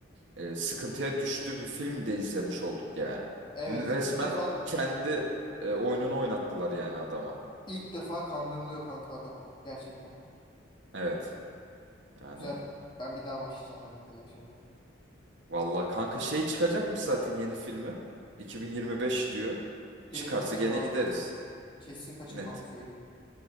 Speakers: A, on the right; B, on the left.
A: e, sıkıntıya düştüğü bir film de izlemiş olduk yani.
B: Evet.
A: Resmen
B: İlk defa
A: kendi e, oyununu oynattılar yani adama.
B: ilk defa kandırılıyor kanka adam. Gerçekten.
A: Evet. Yani
B: Güzel. Ben bir daha başlayacağım herhalde ya şimdi.
A: valla kanka şey çıkacakmış zaten yeni filmi. 2025 diyor.
B: Direkt
A: Çıkarsa
B: gidiyorum
A: gene
B: abi
A: gideriz.
B: ben. Kesin kaçırmam
A: Net.
B: söyleyeyim.